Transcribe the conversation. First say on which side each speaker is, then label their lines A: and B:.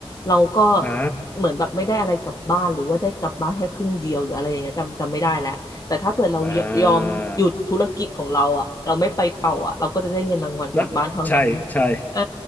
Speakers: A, on the left; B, on the left.
A: เราก็
B: อ่า
A: เหมือนแบบไม่ได้อะไรกลับบ้านหรือว่าได้กลับบ้านแค่ครึ่งเดียวหรืออะไรอย่างเงี้ยจำจำไม่ได้แล้วแต่ถ้าเผื่อเรายอมหยุดธุรกิจของเราอ่ะเราไม่ไปต่ออ่ะเราก็จะได้เงินรางวัลกลับบ้านเท่านั้น
B: อ่าแล้วใช่ใช่
A: เออ